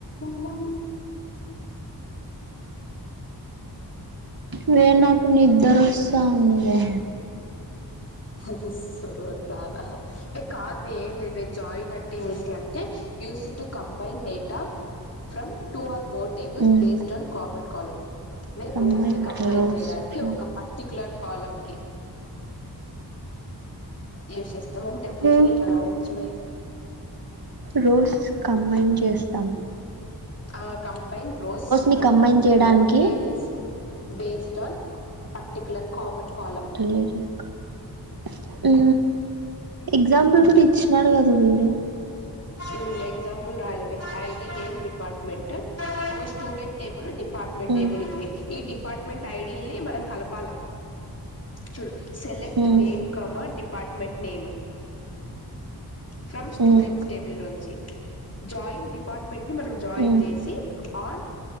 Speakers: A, on the left; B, on the right.
A: బలం
B: వే నాకు నిద్దరస్ తా ఉంది వే
A: అయ్యో సోది దానా ఏ కాదు వే ఏం లేదు వే జాయిన్ అంటే ఏంటి అంటే use to combine data from two or more tables
B: hmm
A: based on common column వే
B: కంబైన్డ్
A: రోస్ ని కంబైన్
B: రోస్
A: చేయడానికి
B: ఫ్రమ్
A: ఒక పర్టిక్యులర్ కాలం కి యూజ్ చేస్తాం అని డెఫినీషన్
B: మ్మ్
A: ఇట్లా రాయొచ్చు వే
B: రోస్ కంబైన్ చేస్తాం
A: ఆ కంబైన్ రోస్ ఫ్రమ్
B: ని కంబైన్ చేయడానికి
A: మోర్ tables based on particular common column
B: టలరు కా <inaudible> ఊ ఎగ్సాంపుల్ కూడా ఇచ్చినాడు కదా వీడే
A: ఊ ఎగ్సాంపుల్ రాయల వే ఐ డి నేమ్ డిపార్ట్మెంట్ ఒక student table department
B: um
A: table ఉంది వే ఈ డిపార్ట్మెంట్ ఐ డి ల్ని మనం కలపాల చూడు select
B: um
A: name comma department name from students
B: um
A: table లోంచి జాయిన్ డిపార్ట్మెంట్ ని మనం జాయిన్
B: ఉమ్
A: చేసి on